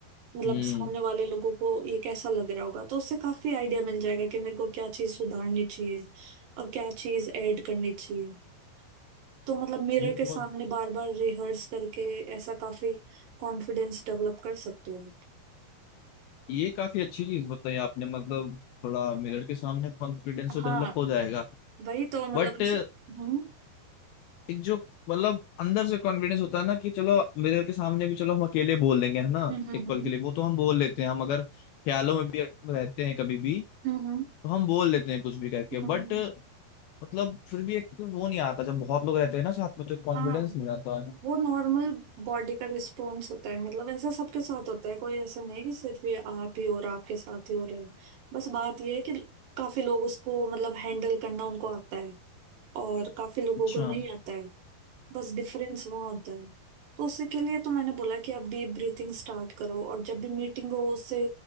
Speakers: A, on the right; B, on the left.
A: मतलब
B: हम्म
A: सामने वाले लोगों को ये कैसा लग रहा होगा तो उससे काफी आइडिया मिल जाएगा कि मेरे को क्या चीज सुधारनी चाहिए और क्या चीज ऐड करनी चाहिए तो मतलब मिरर
B: ये
A: के सामने
B: बहुत
A: बार बार रिहर्स करके ऐसा काफी कॉन्फिडेंस डेवलप कर सकते हैं
B: ये काफी अच्छी चीज बताई आपने मतलब थोड़ा मिरर के सामने कॉन्फिडेंस तो
A: हाँ
B: डेवलप हो जाएगा
A: वही तो मतलब
B: बट
A: इस- हम्म
B: एक जो मतलब अंदर से कॉन्फिडेंस होता है ना कि चलो मिरर के सामने भी चलो हम अकेले बोल देंगे है ना
A: हम्म हम्म
B: एक
A: हम्म
B: पल के लिए वो तो हम बोल लेते हैं हम अगर ख्यालों में भी रहते हैं कभी भी
A: हम्म हम्म,
B: तो हम बोल लेते हैं कुछ भी करके
A: हम्म,
B: बट मतलब फिर भी एक वो नहीं आता जब बहुत लोग रहते हैं ना साथ में तो एक कॉन्फिडेंस
A: हाँ
B: नहीं आता है
A: वो नॉर्मल बॉडी का रिस्पॉन्स होता है मतलब ऐसा सबके साथ होता है कोई ऐसा नहीं है कि सिर्फ ये आप ही और आपके साथ ही हो रहे हैं बस बात ये है कि काफी लोग उसको मतलब हैंडल करना उनको आता है और काफी लोगों
B: अच्छा
A: को नहीं आता है बस डिफरेंस वहाँ होता है तो उसी के लिए तो मैंने बोला कि आप डीप ब्रीथिंग स्टार्ट करो और जब भी मीटिंग हो उससे